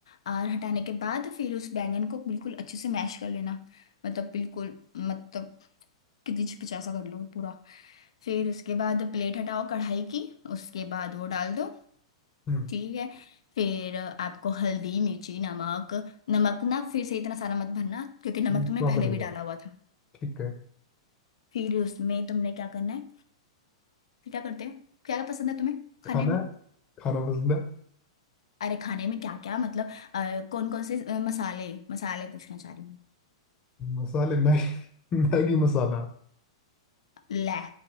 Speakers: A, on the left (about 75°); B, on the left (about 30°).
A: और हटाने के बाद फिर उस बैंगन को बिल्कुल अच्छे से मैश कर लेना मतलब बिल्कुल मतलब कितनी पिचा सा कर लो पूरा फिर उसके बाद प्लेट हटाओ कढ़ाई की उसके बाद वो डाल दो
B: हम्म
A: ठीक है फिर आपको हल्दी मिर्ची नमक नमक ना फिर से इतना सारा मत भरना क्योंकि नमक
B: इस
A: तुमने
B: बात
A: पहले
B: में
A: भी
B: जाओ
A: डाला हुआ था
B: ठीक है
A: फिर उसमें तुमने क्या करना है फिर क्या करते हैं क्या पसंद है तुम्हें खाने
B: खाना
A: में
B: खाना पसंद है
A: अरे खाने में क्या क्या मतलब कौन कौन से अ, मसाले मसाले पूछना चाह रही हूँ
B: मसाले मैगी <laughs> मैगी मसाला
A: ले